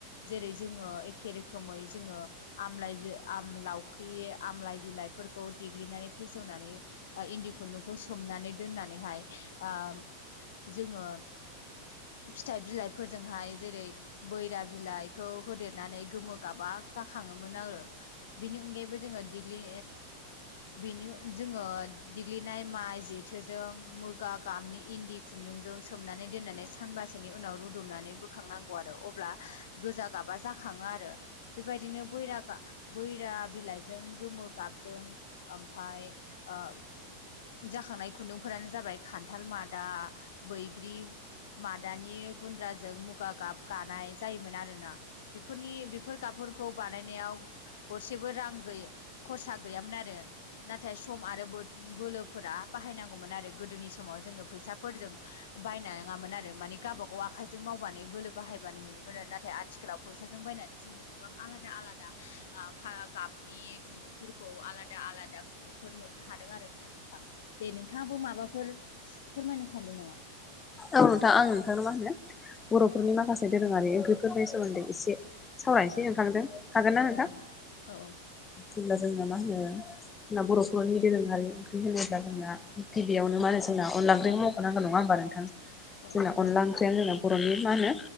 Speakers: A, on the left; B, on the left.
A: जेरै जोङो एखे रोखोमै जोङो आमलाय लावख्रि आमलाय बिलाइफोरखौ देग्लिनानै फेसेवनानै इन्दि खुन्दुंखौ सोमनानै दोननानैहाय आ जोङो फिथाइ बिलाइफोरजोंहाय जेरै बैरा बिलाइखौ होदेरनानै गोमो गाबा जाखाङोमोन आङो बेनि अनगायैबो जोङो देग्लि बिनि जोङो देग्लिनाय माइ जेथोजों मुगा गामनि इन्दि खुन्दुंजों सोमनानै दोननानै सानबासोनि उनाव रुदबनानै बो खांनांगौ आरो अब्ला गोजा गाबा जाखाङो आरो बेबायदिनो बैरा गा बैरा बिलाइजों गोमो गाबजों ओमफाय ओ जाखांनाय खुन्दुंफोरानो जाबाय खान्थाल मादा बैग्रि मादानि गुन्द्राजों मुगा गाब गानाय जायोमोन आरोना बेफोरनि बेफोर गाबफोरखौ बानायनायाव गरसेबो रां खरसा गैयामोन आरो नाथाय सम आरो बो बोलो फोर बाहायनांगौमोन आरो गोदोनि समाव जोङो फैसाफोरजों बायनाङामोन आरो माने गावबा गाव आखाइजों मावबानो बोलो बाहायबानो मोनोमोन आरो नाथाय आथि खालाव फैसाजों बायनानै जोङो गोबां आलादा आलादा गाबनि खुन्दुंफोरखौ आलादा आलादा खुन्दुंफोर मोननो हादों आरो ना नों थां दे नोंथाङाबो माबाफोर फोरमायनो सानदों नामा
B: औ नोंथां आं नोंथांनो मा होनो बर'फोरनि माखासे दोरोङारि ओंख्रिफोरनि सोमोन्दै एसे सावरायनोसै नोंथां जों हागोन ना
A: औ
B: नोंथां
A: औ
B: जेब्ला जोंना मा होनो जोंना बर' बर'नि दोरोङारि ओंख्रि होनोब्ला जोंना गिबियावनो मा होनो जोंना अनला ओंख्रिखौ मावख'नांगोन नङा होमबा नोंथां।
A: औ
B: जोंना अनला ओंख्रियानो जोंना बर'नि मा होनो